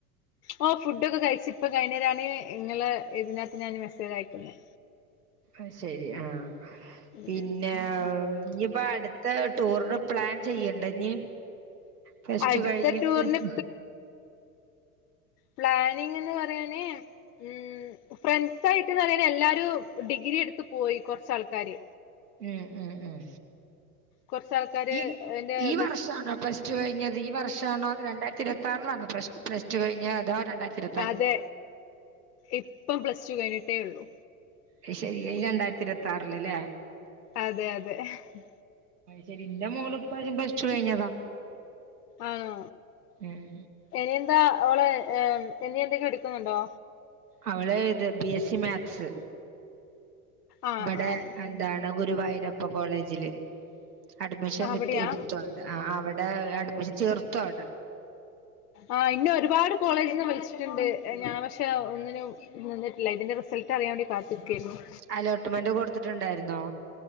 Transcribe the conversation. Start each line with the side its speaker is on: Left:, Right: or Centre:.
Left: ഓ ഫുഡോക്കെ കഴിച്ച് ഇപ്പൊ കഴിഞ്ഞേ ഞാൻ നിങ്ങള്തിനകത്ത് ഞാൻ മെസ്സേജയക്കുന്നുന്ന
Right: ഐശെരി ആഹ്
Left: ഉം
Right: പിന്നെ ഇഞ്ഞിപ്പോ അടുത്ത ടൂറിന് പ്ലാൻ ചെയ്യണ്ടേ ഇഞ്ഞി പ്ലസ്
Left: അടുത്ത
Right: ടു കഴിഞ്ഞിട്ട്ഹ്
Left: ടൂറിന്
Right: മ്
Left: പ്ലാനിങ്ന്ന് പറയാന് ഉം ഫ്രണ്ട് <inaudible> എല്ലാരും ഡിഗ്രിയെടുത്ത് പോയി കുറച്ചാൾക്കാര്
Right: ഉം ഉം ഉം
Left: കൊറച്ചാൾക്കാര്
Right: ഈ
Left: എന്റെ
Right: ഈ വർഷാണോ
Left: ബെസ്റ്റ്
Right: പ്ലസ് ടു കഴിഞ്ഞത് ഈ വർഷാണോ അതോരണ്ടായിരത്തി ഇരുപത്തി പത്താറിലാണോ പ്ലസ് പ്ലസ് ടു കഴിഞ്ഞെ അതോ രണ്ടരത്തിരു
Left: അതെ ഇപ്പം പ്ലസ് ടു കഴിഞ്ഞിട്ടേയു ള്ളു
Right: അയ് ശരിഅയ് രണ്ടായിരത്തിരുവ ത്താറില് ല്ലേ
Left: അതെ അതെ ഹ് ഹ
Right: തിലിന്റെ മോളിപ്രാവശ്യം പ്ലസ് ടു കഴിഞ്ഞതാ
Left: ആഹ്..
Right: ഉം
Left: ഇനി എന്താ ഓള് ഏമ് എനി എന്തെങ്കിലും എടുക്ക്ന്ന്ണ്ടൊ
Right: അവള് ത് ബി എസ് സി മാത്സ്...
Left: ആഹ്
Right: ഇബടെ
Left: ആഹ്
Right: <inaudible> താണ് ഗുരുവായൂരപ്പ കോളേജില് അഡ്മിഷൻ
Left: അവിടെയാ
Right: കിട്ടിഇട്ത്തുവിടെ ആ അവിടെ അഡ്മിഷൻ ചേർത്തുവിടെ.
Left: ആ ഇന്നെ ഒരുപാട് കോളേജിന്ന് വിളിച്ചിട്ടുണ്ട് ഞാൻ പക്ഷെ ഒന്നിനും ന്നിന്നിട്ടില്ല ഇതിന്റെ റിസൾട്ട് അറിയാവേണ്ടി കാത്തിക്കായിരുന്നു
Right: അലോട്ട്മെന്റ് കൊടുത്തിട്ടുണ്ടായിരുന്നോ?